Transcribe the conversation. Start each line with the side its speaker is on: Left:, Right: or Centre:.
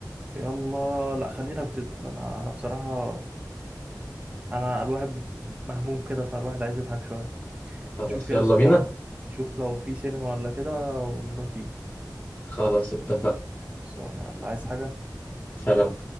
Right: يلا لا خلينا في ديدبول انا انا بصراحة انا الواحد مهموم كده فالواحد عايز يضحك شوية
Left: خلاص
Right: نشوف يا
Left: يلا
Right: اسطى
Left: بينا
Right: نشوف لو في سينما ولا كده ونروح بيه
Left: خلاص اتفقنا
Right: بس انا يلا عايز حاجة
Left: سلام